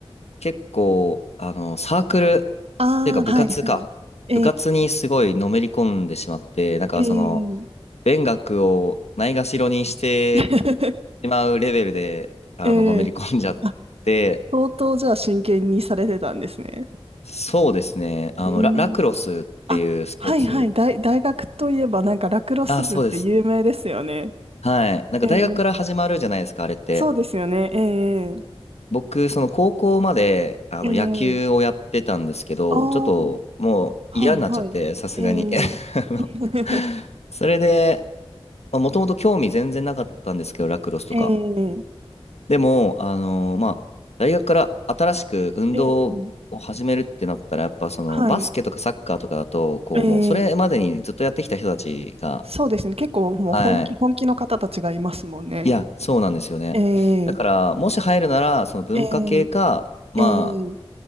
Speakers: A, on the left; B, on the right.
A: 結構、あのー、サークル、
B: ああ、
A: っていうか部活か。
B: はい、はい。えー、
A: 部活にすごいのめり込んでしまって、なんかその、
B: えー、
A: 勉学をないがしろにして
B: <laughs>
A: しまうレベルで、あの、
B: えー、
A: のめり込んじゃって、
B: あ、相当じゃあ真剣にされてたんですね。
A: そうですね。あの、
B: えー、
A: ラ、ラクロスっていうスポーツ。
B: あ、はいはい、大、大学といえばなんかラクロス部って有名ですよね。
A: あ、そうです。はい。なんか大学から始まるじゃないですか、
B: えー、
A: あれって。
B: そうですよね。え
A: 僕、その高校まであの野球をやってたんですけど、
B: ええああ
A: ちょっともう嫌になっちゃって、
B: はいはい。
A: さすがに。
B: ええ
A: <laughs> あの
B: <laughs>
A: それで、もともと興味全然なかったんですけど、ラクロスとか。
B: ええ
A: でも、あのまあ、大学から新しく運動を始めるってなったら、
B: ええ
A: やっぱそのバスケとかサッカーとかだと、
B: はい。
A: こう、
B: ええ
A: もうそれまでにずっとやってきた人たちが、
B: そうですね。結構もう本気、
A: はい。
B: 本気の方たちがいますもんね。
A: いや、そうなんですよね。
B: ええ
A: だから、もし入るなら、その文化系か、
B: え
A: まあ、
B: えええ